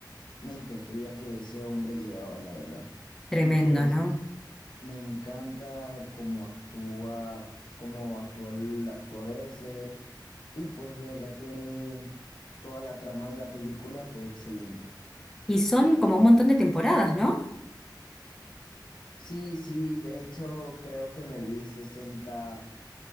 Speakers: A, on the left; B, in the centre.
A: mente fría que ese hombre llevaba, la verdad.
B: Tremendo,
A: Y pues
B: ¿no?
A: me encanta cómo actúa, cómo actúa el actor ese. Y pues de verdad que toda la trama de la película fue excelente.
B: Y son como un montón de temporadas, ¿no?
A: Sí, sí, de hecho creo que me vi sesenta